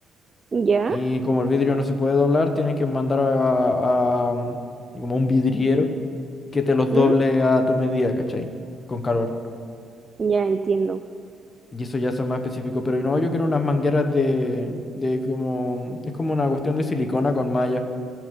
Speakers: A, on the right; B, on the left.
A: ¿Ya?
B: y como el vidrio no se puede doblar, tienen que mandar a, a- como un vidriero que te los
A: ¿Mm?
B: doble a tu medida, ¿cachai? Con calor.
A: Ya entiendo.
B: Y eso ya son más específico, pero no, yo quiero unas mangueras de, de como, es como una cuestión de silicona con malla